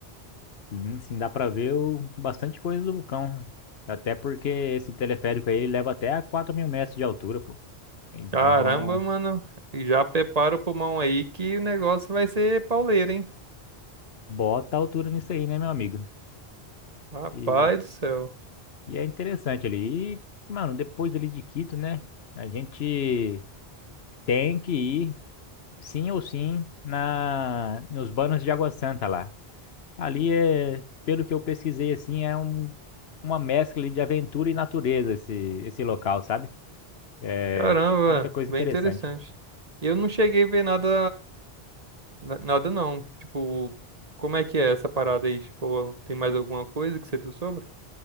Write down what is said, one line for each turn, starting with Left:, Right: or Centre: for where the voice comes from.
Left: E sim, dá para ver o, bastante coisa do vulcão. Até porque esse teleférico aí ele leva até a 4 mil metros de altura, pô. Então,
Right: Caramba, mano. Já prepara o pulmão aí que o negócio vai ser pauleira, hein?
Left: bota a altura nisso aí, né, meu amigo?
Right: Rapaz
Left: E,
Right: do céu.
Left: e é interessante ali. E, mano, depois ali de Quito, né? A gente tem que ir, sim ou sim, na, nos Banos de Água Santa lá. Ali é, pelo que eu pesquisei, assim, é um, uma mescla ali de aventura e natureza esse, esse local, sabe? É
Right: Caramba,
Left: Muita coisa
Right: bem
Left: interessante.
Right: interessante. E eu não cheguei a ver nada, na- nada não. Tipo, como é que é essa parada aí? Tipo, tem mais alguma coisa que você viu sobre?